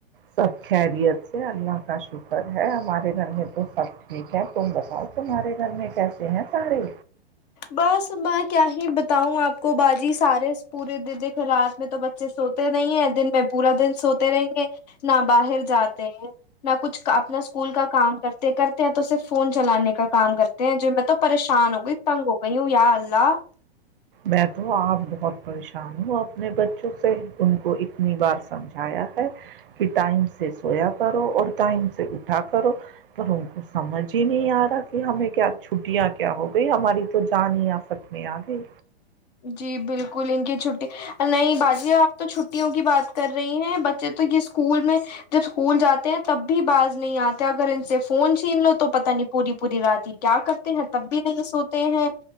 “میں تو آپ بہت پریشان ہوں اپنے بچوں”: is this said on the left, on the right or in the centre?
Right